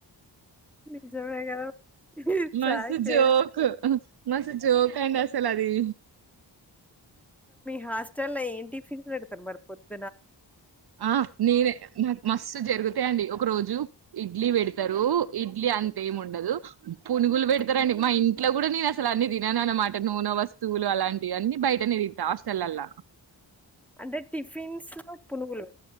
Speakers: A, in the centre; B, on the right.
A: నిజమే గదా!
B: మస్తు
A: చాయ్ ఫేవరెట్.
B: జోకూ మస్త్ జోక్ అండి అస్సలుది
A: హాస్టల ఏమ్ టిఫన్స్ పెడ్తార్ మర్ పొద్దు
B: ఆ నేనే నాక్ మస్త్ జర్గు అంతే అండి ఒక్ రోజు ఇడ్లీ పెడ్తారు ఇడ్లీ అంతేముండదు పునుగుల్ వేడ్తారండి
A: హ్మ్.
B: మా ఇం ఇంట్లా గూడ నేన్ అసలు అన్ని తినననుమాట నూనె వస్తువులు అలాంటివి అన్ని బైటనే తింటా హాస్టలల్ల
A: అంటే టిఫిన్స్ లో పునుగుల్ పేడ్